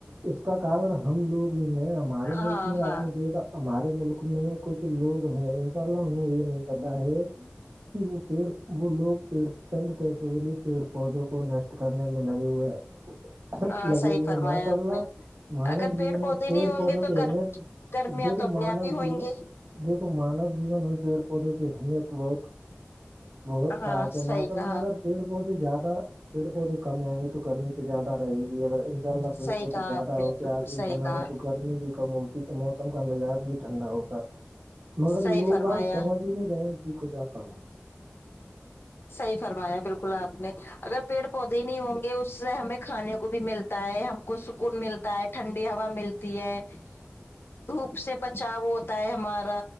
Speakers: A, on the right (about 85°); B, on the left (about 70°).
A: اس کا کارن ہم لوگ ہے ہمارے
B: ہاں
A: ملک میں
B: ہاں
A: آپ نے دیکھا ہمارے ملک میں کچھ لوگ ہیں ان شاء اللہ انہیں یہ نہیں پتا ہے کہ وہ پیڑ وہ لوگ پیڑ چند پیسوں کے لیے پیڑ پودوں کو نشٹ کرنے میں لگے ہوئے ہیں
B: ہاں
A: لگے
B: صحیح
A: ہوئے
B: فرمایا
A: ماشاء
B: آپ
A: اللہ
B: نے
A: مانو
B: اگر
A: جیون
B: پیڑ پودے
A: میں پیڑ
B: نہیں ہوں
A: پودوں
B: گے
A: کی
B: تو
A: اہمیت
B: گر گرمیاں
A: دیکھو
B: تو اپنے
A: مانو
B: آپ ہی ہوئیں
A: جی
B: گے
A: دیکھو مانو جیون میں پیڑ پودوں کی اہمیت بہت بہت
B: ہاں
A: خاص ہے
B: صحیح
A: ماشاء اللہ
B: کہا
A: اگر پیڑ پودے زیادہ پیڑ پودے کم ہوں گے تو گرمی زیادہ رہے گی اگر ان شاء اللہ
B: صحیح
A: پیڑ بہت
B: کہا
A: زیادہ
B: آپ نے
A: ہوتے
B: بالکل
A: آج کے
B: صحیح
A: سے
B: کہا
A: میں تو گھر گرمی بھی کم ہوتی تو موسم کا مزاج بھی ٹھنڈا ہوتا مگر
B: صحیح
A: لوگ
B: فرمایا
A: باگ سمجھ ہی نہیں رہے جی کچھ آ پر
B: صحیح فرمایا بالکل آپ نے اگر پیڑ پودے نہیں ہوں گے اس سے ہمیں کھانے کو بھی ملتا ہے ہم کو سکون ملتا ہے ٹھنڈی ہوا ملتی تی ہے <unintelligible>
A: <inaudible>
B: دھوپ سے بچاؤ ہوتا ہے ہمارا